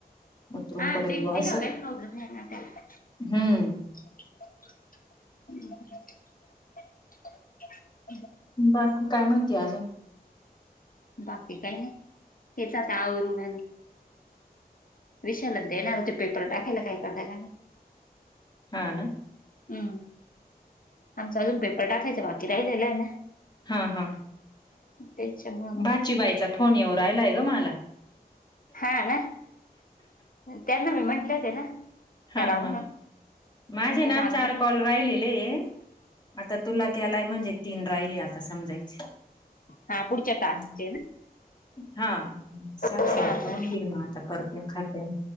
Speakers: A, on the left (about 25°); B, on the left (about 60°).
A: उतरून
B: हा
A: पडेल
B: तेक
A: ब
B: दिल
A: असं
B: काही प्रॉब्लेम आहे नाही ना त्याला.
A: हम्म.
B: <unintelligible>
A: बाकी काय म्हणती अजून?
B: बाकी काही नाही तेच आता आवरून विशाललाच देणार होते पेपर टाकायला काही करताय काय माहीत.
A: हा ना?
B: हम्म. आमचा अजून पेपर टाकायचा बाकी राहिलेला आहे ना.
A: हा हा
B: त्याच्यामुळं मग
A: बाची बाईचा फोन येऊन राहिलाय ग मला.
B: हा ना? त्यांना मी म्हंटले होते ना.
A: हा
B: करा
A: हा.
B: म्हणून
A: माझे
B: म्हणलं
A: ना
B: मामी
A: चार कॉल राहिलेले. आता तुला केलाय म्हणजे तीन राहिले आस समजायचे.
B: हा पुढच्या टास्कचे
A: <unintelligible>
B: ना.
A: हा.
B: हा
A: शिला
B: का?
A: करून देईल मग आता करत खातल्या.